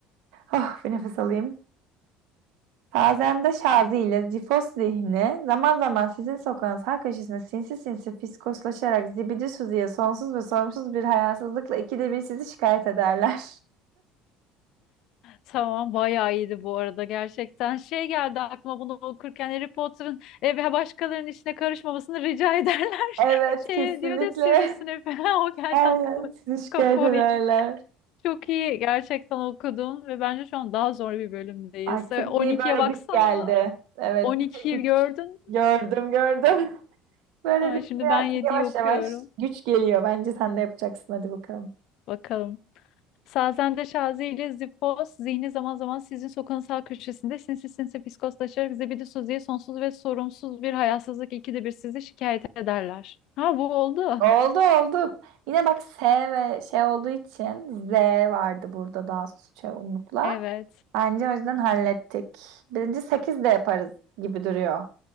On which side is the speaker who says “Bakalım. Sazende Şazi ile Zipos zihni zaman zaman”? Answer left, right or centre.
Left